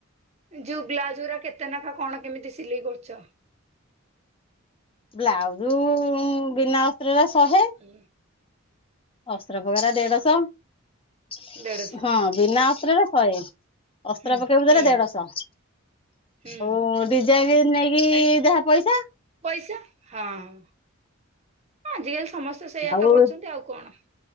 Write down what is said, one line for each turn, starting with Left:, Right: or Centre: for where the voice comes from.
Right: ଯୋଉ ବ୍ଲାଜା କେତେ ନଖା କଣ କେମିତି ସିଲେଇ କରୁଛ?
Left: ବ୍ଲାଉଜ ବିନା ଅସ୍ତ୍ରରେ ଶହେ
Right: ଆ।
Left: ଅସ୍ତ୍ର ବଗେରା ଦେଢ଼ଶହ
Right: ଦେଢଶହ
Left: ହଁ ବିନା ଅସ୍ତ୍ରରେ ଶହେ ଅସ୍ତ୍ର
Right: ହୁଁ
Left: ପକେଇବ
Right: ହୁଁ।
Left: ଦେଲେ ଦେଢଶହ।
Right: ହୁଁ
Left: ଆଉ ଡିଜାଇନ ନେଇକି
Right: ଆଇ
Left: ଯାହା ପଇସା
Right: ପଇସା ହଁ ଆଜିକାଲି ସମସ୍ତେ ସେଇୟ
Left: ଆଉ
Right: ତ କରୁଛନ୍ତି ଆଉ କଣ ‌